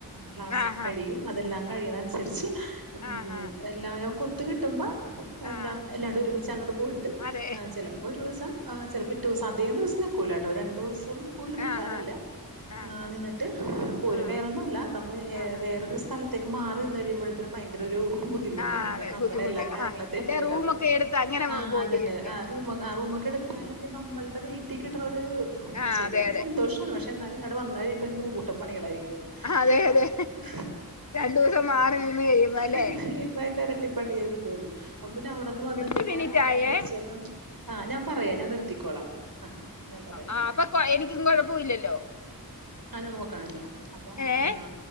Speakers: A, on the right (about 75°); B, on the left (about 50°).
A: ക്ലാസൊക്ക
B: ആഹ്
A: കഴിയും അതെല്ലാ
B: ആഹ്
A: കഴിയ്ണ അൻസര്ച്ച് മ്
B: ആഹ് ആഹ്
A: എല്ലാരെ ക്കെ ഒത്ത് കിട്ടുമ്പ എന്താ
B: ആഹ്
A: എല്ലാണ്ട് ഒരുമിച്ചങ്ങണ്ട് പോയ്ട്ട്
B: അതെ
A: ചെൽപൊരൂസം ചെൽപ്പപിറ്റോസം അ ധിക ദിവസം നിക്കൂലാട്ടോ ഒര് രണ്ടൂസം കൂട്തൽ
B: ആഹ്
A: നിക്കാറില്ല
B: ആഹ് ആഹ്
A: നിന്നിട്ട് പോരും.
B: ആഹ്
A: വേറൊന്നല്ല നമ്മൾ
B: ആഹ്
A: വേറൊരു സ്ഥല ത്തേക്ക് മാറിന്ന് കഴിയുമ്പോതിനും ഭയങ്കര ഒരു ബു ദ്ധിമുട്ടാണ്
B: ആഹ് അതെ
A: കാരണം നമ്മുടെല്ലാ
B: ബുദ്ധിമുട്ട്
A: കാര്യങ്ങളൊ
B: ആഹ്
A: തെറ്റോല്ലൊ
B: അല്ലെ റൂമൊക്കെ
A: അപ്പ
B: എടുത്ത് അങ്ങനെ
A: ആഹ്
B: പോയിരിക്കണം
A: അതന്നെ ആഹ് റൂ റൂമൊക്കെ എട് ത്താലും പിന്നമ്മൾടെ വീട്ടീ കിട്ട്ണൊര് ആ
B: ആഹ്
A: ശരിയാണ്
B: അതെ അതെ
A: സന്തോഷാണ് പക്ഷെ എന്നാലും ഇങ്ങട് വന്നെയിമ്പൊ നൂറൂട്ടം പണികളായിരിക്കുള്ളൂ
B: ആഹ് അതെ അതെ
A: അപ്പ മാറി
B: രണ്ടു ദിവസം മാറി നിന്ന് കഴിയുമ്പോ അല്ലെ
A: നിന്ന് കഴിയുന്നെന്റെരട്ടിപ പണിയായിരിക്കുള്ളൂ അപ്പ പിന്നെ അവിടെന്ന് വന്ന്
B: എട്ട്
A: പിന്നെ
B: മിനിറ്റ് ആയേ
A: തിരിച്ചേക്കാം ആ ഞാൻ പറയാം ഞാൻ നിർത്തിക്കോളാം ആ ഞാൻ പറയാ
B: ആ അപ്പേ എനിക്കും കുഴപ്പമില്ലല്ലോ
A: ആ ഞാൻ നോക്ക്ണ് ണ്ട് അപ്പേ
B: ഏഹ്
A: ആ